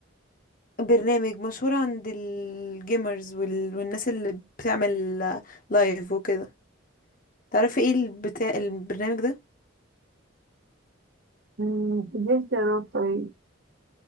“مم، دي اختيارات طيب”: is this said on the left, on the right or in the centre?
Right